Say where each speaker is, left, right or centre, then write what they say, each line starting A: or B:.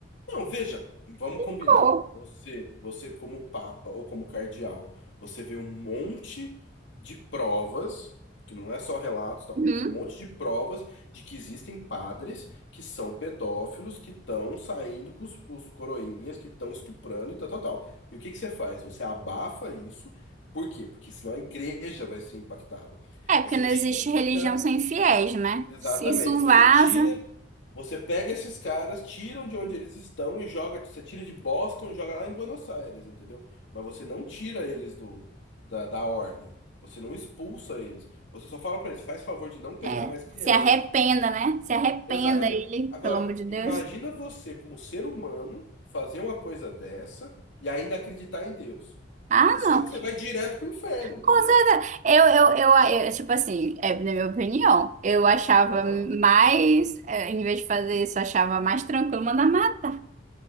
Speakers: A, on the left; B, on the right.
A: Não, veja, vamos
B: ficou.
A: combinar. Você, você como papa ou como cardeal, você vê um monte de provas, que não é só relatos, tal,
B: Uhum.
A: um monte de provas de que existem padres que são pedófilos, que estão saindo com os, com os coroinhas, que estão estuprando e tal, tal, tal. E o que que você faz? Você abafa isso, por quê? Porque senão a igreja vai ser impactada.
B: É, porque
A: Você
B: não
A: tira
B: existe
A: esse
B: religião
A: cara.
B: sem fiéis, né?
A: Exatamente,
B: Se isso
A: você
B: vaza.
A: tira. Você pega esses caras, tiram de onde eles estão e joga. Você tira de Boston, e joga lá em Buenos Aires, entendeu? Mas você não tira eles do da, da ordem. Você não expulsa eles. Você só fala pra eles, faz favor de não pegar
B: É,
A: mais criança.
B: se arrependa, né? Se arrependa
A: Exatamente.
B: ele,
A: Agora,
B: pelo amor de Deus.
A: imagina você, como ser humano, fazer uma coisa dessa e ainda acreditar em Deus.
B: Ah,
A: Você sabe
B: não.
A: que você vai direto pro inferno, entendeu?
B: Com certeza. Eu, eu, eu, eu, tipo assim, é na minha opinião, eu achava
A: Aham.
B: mais, é, em vez de fazer isso, eu achava mais tranquilo mandar matar.